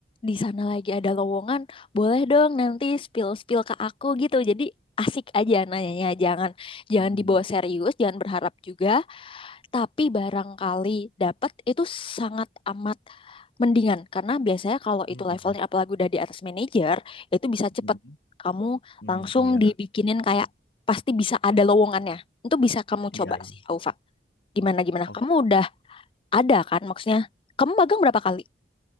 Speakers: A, on the left (about 30°); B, on the left (about 70°).
A: di sana lagi ada lowongan, boleh dong nanti spill-spill ke aku gitu. Jadi asik aja nanyanya. Jangan jangan
B: Mm,
A: dibawa serius, jangan berharap juga. Tapi barangkali dapat itu sangat amat mendingan. Karena biasanya kalau
B: mm,
A: itu levelnya
B: Iya.
A: apalagi udah di atas manajer, itu bisa cepet.
B: Mm-mm.
A: Kamu
B: Mm,
A: langsung
B: Iya,
A: dibikinin
B: Kak.
A: kayak pasti bisa ada lowongannya. Itu bisa kamu
B: Iya,
A: coba
B: iya.
A: sih, Aufa. Gimana-gimana?
B: Oke.
A: Kamu udah ada kan maksudnya? Kamu magang berapa kali?